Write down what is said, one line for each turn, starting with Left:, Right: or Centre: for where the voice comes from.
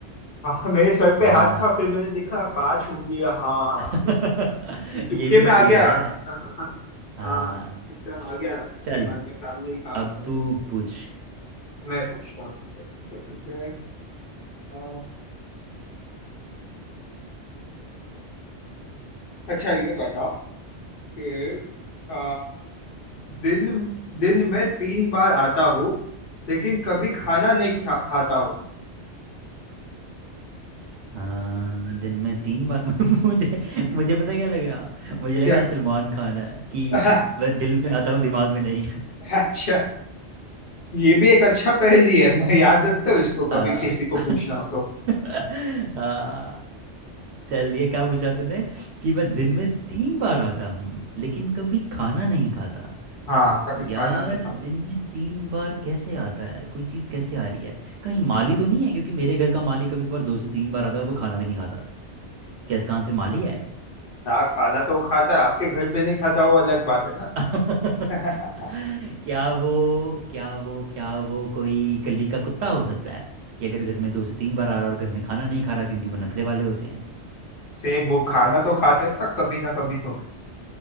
Left: हाँ, मेरे सर
Right: हाँ
Left: पे हाथ था फिर मैंने देखा पांच उंगलियां हाँ
Right: <laughs>
Left: ये तुक्के
Right: ये भी तो
Left: में आ
Right: पेड़
Left: गया
Right: है
Left: हाँ
Right: हाँ
Left: एकदम आ गया दिमाग
Right: चल
Left: में सामने ही था आंसर
Right: अब तू पूछ
Left: मैं पूछता हूँ ठीक है ठीक है ठीक है। अ, अच्छा ये बता कि अ, दिन दिन में तीन बार आता हूँ लेकिन कभी खाना नहीं खा, खाता हूँ
Right: हाँ दिन में तीन बार <laughs> मुझे मुझे पता है क्या लग रहा मुझे लगा
Left: क्या
Right: सलमान खान है कि
Left: <laughs>
Right: वह दिल में आता हूँ दिमाग में नहीं <laughs>
Left: अच्छा ये भी एक अच्छा पहेली है मैं याद
Right: हाँ
Left: रखता हूँ इसको कभी
Right: हाँ
Left: किसी को पूछना हो तो
Right: हाँ। <laughs> चल ये क्या पूछा तूने कि मैं दिन में तीन बार आता हूँ लेकिन कभी खाना नहीं खाता
Left: हाँ कभी
Right: यार
Left: खाना नहीं खाता
Right: दिन में तीन बार कैसे आता है कोई चीज़ कैसे आ रही है कहीं माली तो नहीं है क्योंकि मेरे घर का माली कभी कभार दो से तीन बार आता है और वो खाना भी नहीं खाता क्या इसका आंसर माली है
Left: हाँ खाना तो वो खाता है आपके घर पे नहीं खाता वो अलग बात है ना
Right: <laughs>
Left: <laughs>
Right: क्या वो क्या वो क्या वो कोई गली का कुत्ता हो सकता है कि अगर घर में दो से तीन बार आ रहा और घर में खाना नहीं खा रहा क्योंकि वो नखरे वाले होते हैं
Left: सेम वो खाना तो खाते हैं ना कभी ना कभी तो